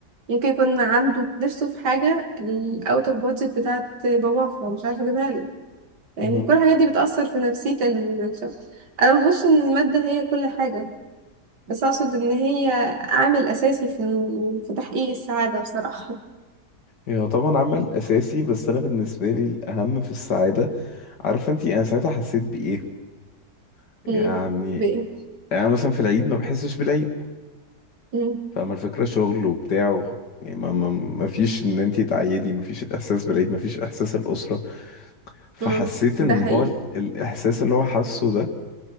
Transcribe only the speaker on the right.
ممكن يكون عنده نفسه في حاجة الاوت اوف بادجت بتاعت باباه فمش عارفة اجيبها له يعني
كل الحاجات دي بتأثر في نفسية ال- الشخص انا مبقولش ان المادة هي كل حاجة بس اقصد ان هي عامل اساسي في ال- في تحقيق السعادة بصراحة <laughs>
مم. بإيه
مم.
مم. ده
حقيقي